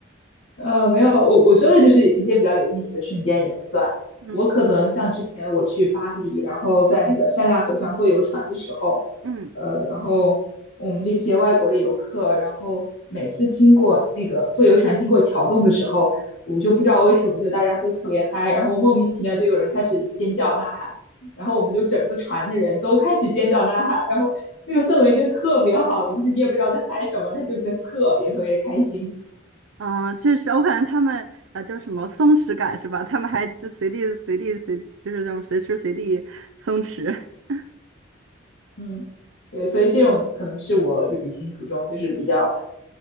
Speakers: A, on the left (about 70°); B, on the right (about 75°).
A: 呃，没有，我我说的就是一些比较有意思的瞬间也算。
B: 嗯。
A: 我可能像之前我去巴黎，然后在那个塞纳河上坐游船的时候，
B: 嗯，
A: 呃，然后我们这些外国的游客，然后每次经过那个坐游船经过桥洞的时候，我就不知道为什么就大家都特别嗨，然后莫名其妙就有人开始尖叫呐喊，然后我们就整个船的人都开始尖叫呐喊，然后那个氛围真的特别好，就是你也不知道在嗨什么，但就是特别特别开心。
B: 啊、确实，我感觉他们呃叫什么松弛感是吧？他们还就随地随地随，就是这种随时随地松弛。<laughs>
A: 嗯，对，所以这种可能是我旅行途中就是比较